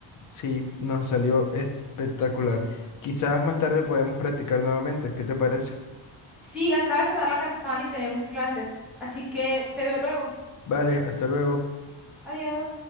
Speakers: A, on the left (about 45°); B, in the centre.
A: Sí, nos salió espectacular. Quizás más tarde podemos practicar nuevamente. ¿Qué te parece?
B: Sí, acaba de sonar la campana y tenemos clase, así que te veo luego.
A: Vale, hasta luego.
B: Adiós.